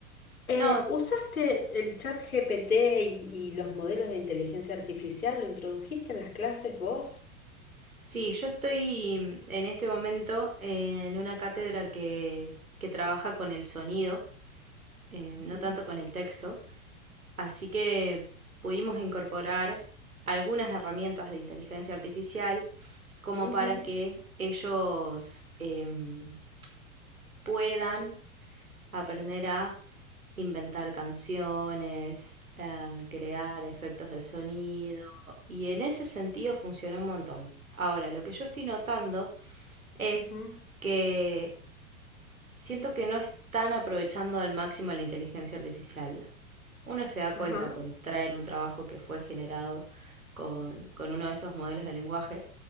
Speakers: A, on the left; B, on the right.
A: eh,
B: No,
A: ¿usaste el chat GPT y, y los modelos de inteligencia artificial? ¿Lo introdujiste en las clases vos?
B: Sí, yo estoy en este momento en una cátedra que, que trabaja con el sonido, eh, no
A: Ujú,
B: tanto con el texto, así que pudimos incorporar algunas herramientas de inteligencia artificial como
A: ujú,
B: para que ellos em, puedan aprender a inventar canciones, a crear efectos de sonido, y en ese sentido funciona un montón. Ahora, lo que yo estoy notando es
A: ujú,
B: que siento que no están aprovechando al máximo la inteligencia artificial. Uno se da cuenta
A: Ajá.
B: cuando traen un trabajo que fue generado con, con uno de estos modelos de lenguaje.